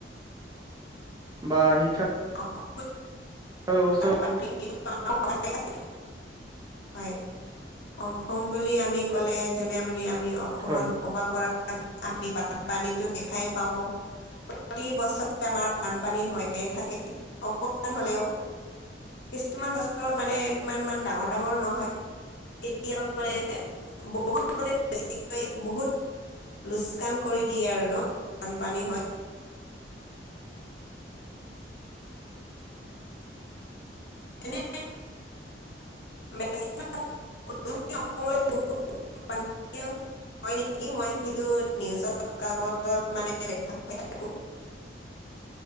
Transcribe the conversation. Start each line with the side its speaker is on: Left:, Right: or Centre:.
Right: বা শিক্ষা
Left: অ'
Right: তাৰ ব্যৱস্থাও
Left: বা- হয়, অসম বুলি আমি ক'লে যোনে মানে আমি অসমত
Right: হয়
Left: বসবাস কৰা আমি বানপানীতো দেখাই পাওঁ। প্ৰতি বছৰে আমাৰ বানপানী হৈয়ে থাকে অকমান হ'লেও।
Right: <inaudible>
Left: কিমান বছৰত মানে ইমান মান ডাঙৰ। ডাঙৰ নহয় কেতিয়াবা মানে বহুত মানে বেছিকে বহুত লুচকাণ কৰি দিয়ে আৰু ন' বানপানী হৈ। এনে <unintelligible> হয় নেকি, মই সেইটো নিউজত কাকতত মানে দেখা পাই থাকো।
Right: <inaudible>